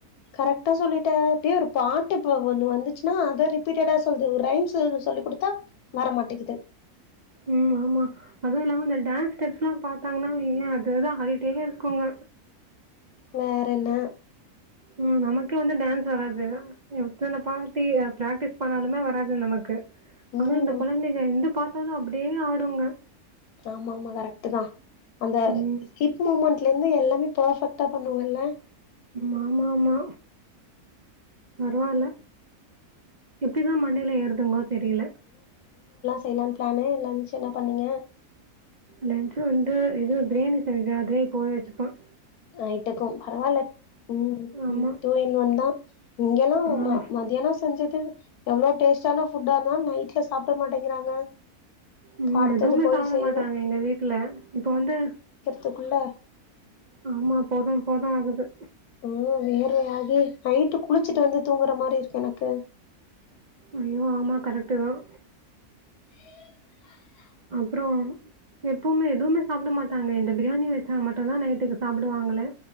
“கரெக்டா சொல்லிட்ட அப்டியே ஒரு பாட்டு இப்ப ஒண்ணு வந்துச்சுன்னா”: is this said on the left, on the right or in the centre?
Left